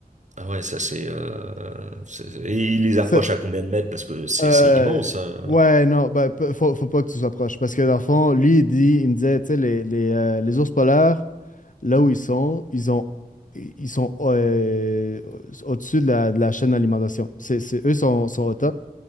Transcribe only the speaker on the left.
ça.
Euh,
ouais, non, ben, p- faut, faut pas que tu sois proche. Parce que dans le fond, lui, il dit, il me disait, tu sais, les, les, euh, les ours polaires, là où ils sont, ils ont, ils sont euh, au-dessus de la, de la chaîne d'alimentation. C'est, c'est, eux sont, sont au top.